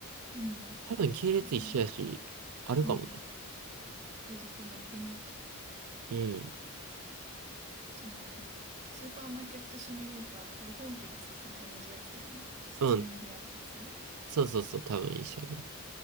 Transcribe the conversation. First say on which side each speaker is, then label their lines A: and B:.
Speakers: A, on the right; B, on the right.
A: うん。
B: 多分系列一緒やし、
A: ね、なんか、
B: あるかもね。
A: うん。えーじゃあ今度見てみようかな。
B: うん。
A: その、スーパーマーケットシミュレーター、多分本家がさ、その同じやつじゃん。スチームでやるやつ。
B: うん。そうそうそう、多分一緒やね。